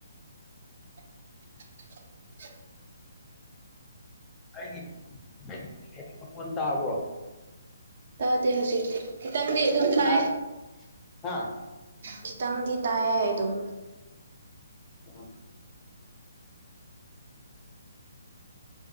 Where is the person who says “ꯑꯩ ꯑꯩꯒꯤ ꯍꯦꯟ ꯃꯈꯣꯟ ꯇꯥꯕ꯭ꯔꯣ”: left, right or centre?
Left